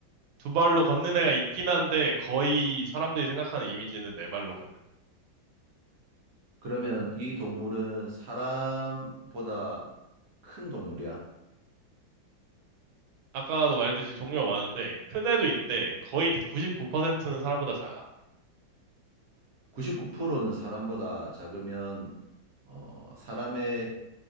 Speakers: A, on the right; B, on the right.
A: 두 발로 걷는 애가 있긴 한데 거의 사람들이 생각하는 이미지는 네 발로 걷는.
B: 그러면 이 동물은 사람보다 큰 동물이야?
A: 아까도 말했듯이 종류가 많은데 큰 애도 있는데 거의 99%는 사람보다 작아.
B: 99%는 사람보다 작으면 어, 사람의